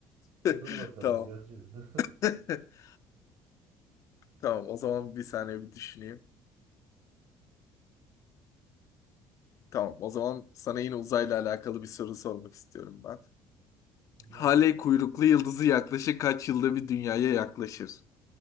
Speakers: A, on the left; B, on the right.
A: <laughs>
B: Dur bakalım
A: Tamam.
B: göreceğiz de.
A: <laughs> Tamam. O zaman bir saniye bir düşüneyim. Tamam. O zaman sana yine uzayla alakalı bir soru sormak istiyorum ben.
B: <laughs> Gelsin
A: Halley
B: kanka.
A: kuyruklu yıldızı yaklaşık kaç yılda bir dünyaya yaklaşır?